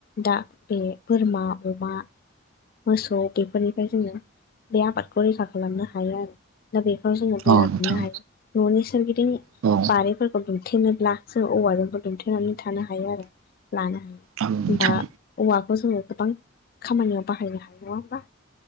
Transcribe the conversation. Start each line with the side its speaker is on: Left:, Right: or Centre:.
Left: दा बे बोरमा, अमा मोसौ बेफोरनिफ्राय जोङो बे आबादखौ रैखा खालामनो हायो आरो। दा बेफोराव जोङो बेरा
Right: औ नोंथां
Left: दुमनो हायो। न'नि सोरगिदिं
Right: औ।
Left: <unintelligible> दुमथेनोब्ला जों औवाजोंखौ दुमथेनानै थानो हायो आरो लानो हायो।
Right: औ नोंथां
Left: बा औवाखौ जोङो गोबां खामानियाव बाहायनो हायो। नङा होनबा?